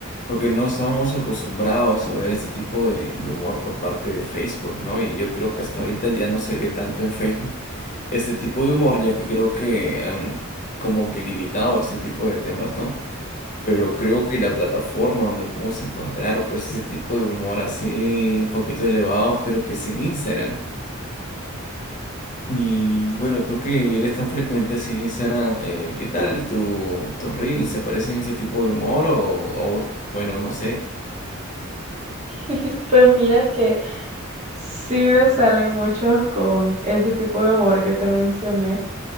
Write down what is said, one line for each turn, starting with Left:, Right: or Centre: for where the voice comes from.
Left: porque no estábamos acostumbrados a ver este tipo de, de humor por parte de Facebook, ¿no? Y yo creo que hasta ahorita ya no se ve tanto en Facebook este tipo de humor, ya que creo que han como que limitado este tipo de temas, ¿no? Pero creo que la plataforma donde podemos encontrar pues ese tipo de humor así un poquito elevado, creo que es en Instagram. Y bueno, tú que eres tan frecuente así en Instagram, eh, ¿qué tal tu, tus reels? ¿Se parecen ese tipo de humor? O, o, bueno, no sé.
Right: <laughs> Pues mira que sí me salen muchos con ese tipo de humor que te mencioné.